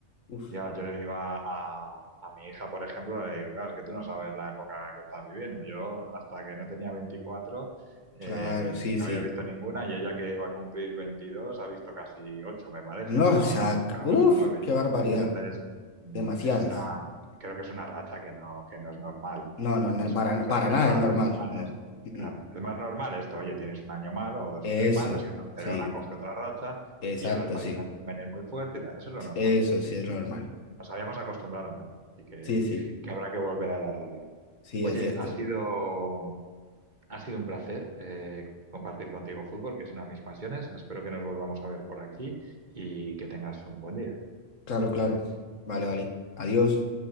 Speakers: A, on the left (about 80°); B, on the right (about 40°).
A: Uf.
B: ya, yo le digo a, a- a mi hija, por ejemplo, le digo, claro, es que tú no sabes la época que estás viviendo. Yo, hasta que no tenía 24 eh,
A: Claro, sí, sí.
B: no había visto ninguna y ella que va a cumplir 22 ha visto casi 8 me parece,
A: No,
B: o sea,
A: o sea,
B: una locura,
A: uff,
B: 8 nueve
A: qué barbaridad.
B: Entonces, mm,
A: Demasiadas.
B: es una, creo que es una racha que no, que no es normal.
A: No, no,
B: Es,
A: no, para,
B: no,
A: para
B: es
A: nada
B: más
A: es normal,
B: normal,
A: no.
B: es,
A: Mm,
B: claro,
A: mm.
B: es más normal esto, oye, tienes un año malo o dos
A: Eso,
B: o tres malos y el Barcelona
A: sí,
B: coge otra racha
A: exacto,
B: y ahora el Paris
A: sí.
B: Saint-Germain es muy fuerte y tal. Eso es lo normal.
A: Eso sí es
B: Pero
A: normal.
B: nos habíamos acostumbrado mal, así que,
A: Sí, sí,
B: que habrá que volver a la realidad.
A: sí,
B: Oye,
A: es cierto.
B: ha sido, ha sido un placer eh, compartir contigo fútbol, que es una de mis pasiones. Espero que nos volvamos a ver por aquí y que tengas un buen día.
A: Claro, claro. Vale, vale. Adiós.